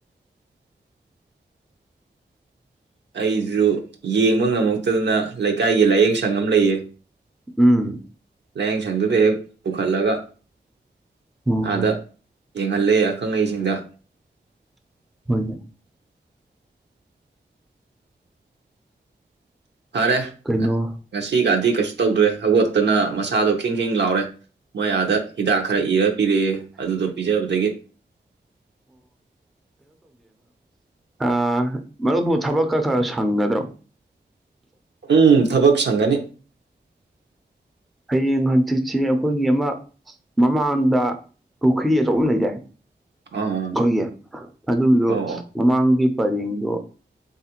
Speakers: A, on the right (about 65°); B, in the centre.
A: ꯑꯩꯁꯨ ꯌꯦꯡꯕ ꯉꯝꯃꯛꯇꯗꯅ ꯂꯩꯀꯥꯏꯒꯤ ꯂꯥꯏꯌꯦꯡ ꯁꯪ ꯑꯃ ꯂꯩꯌꯦ
B: ꯎꯝ
A: ꯂꯥꯏꯌꯦꯡꯁꯪꯗꯨꯗ ꯍꯦꯛ ꯄꯨꯈꯠꯂꯒ
B: ꯑꯣ
A: ꯑꯥꯗ ꯌꯦꯡꯍꯜꯂꯦ ꯑꯈꯪ ꯑꯍꯩꯁꯤꯡꯗ
B: ꯍꯅ
A: ꯐꯔꯦ
B: ꯀꯩꯅꯣ
A: ꯉꯁꯤꯒꯗꯤ ꯀꯩꯁꯨ ꯇꯧꯗ꯭ꯔꯦ ꯍꯕꯠꯇꯅ ꯃꯁ ꯁꯥꯥꯗꯣ ꯈꯤꯡ ꯈꯤꯦꯡ ꯂꯥꯎꯔꯦ ꯃꯣꯏ ꯑꯥꯗ ꯍꯤꯗꯥꯛ ꯈꯔ ꯏꯔ ꯄꯤꯔꯛꯑꯦ ꯑꯗꯨꯗꯣ ꯄꯤꯖꯕꯗꯒꯤ
B: ꯑ ꯃꯔꯨꯞꯄꯨ ꯊꯕꯛꯀ ꯈꯔ ꯁꯪꯒꯗ꯭ꯔꯣ
A: ꯎꯝ ꯊꯕꯛ ꯁꯪꯒꯅꯤ
B: ꯍꯌꯦꯡ ꯍꯪꯆꯤꯠꯁꯦ ꯑꯩꯈꯣꯏꯒꯤ ꯑꯃ ꯃꯃꯥꯡꯗ ꯄꯨꯈ꯭ꯔꯤ ꯑꯆꯧ ꯑꯃ ꯂꯩꯔꯦ
A: ꯑꯥ ꯑꯥ
B: ꯑꯩꯈꯣꯏꯒꯤ ꯑꯗꯨꯒꯤꯗꯣ
A: ꯑꯧ ꯑꯧ
B: ꯃꯃꯥꯡꯒꯤ ꯐꯔꯒꯣ